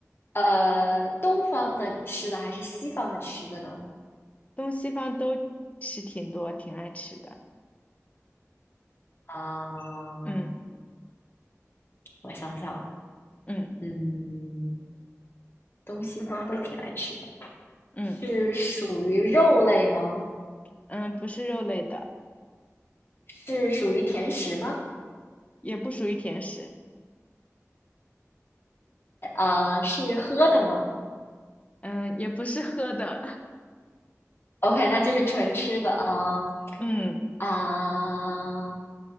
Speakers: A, on the left; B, on the left.
A: 呃东方的吃的还是西方的吃的呢？
B: 东西方都吃挺多，挺爱吃的。
A: 啊、
B: 嗯
A: 我想想，
B: 嗯
A: 嗯，东西方都挺爱吃的。
B: 嗯
A: 是属于肉类吗？
B: 嗯，不是肉类的，
A: 是属于甜食吗？
B: 也不属于甜食，
A: 啊，是喝的吗
B: 嗯，也不是喝的，
A: ？OK，那就是纯吃的啊
B: <laughs> 嗯，
A: 啊、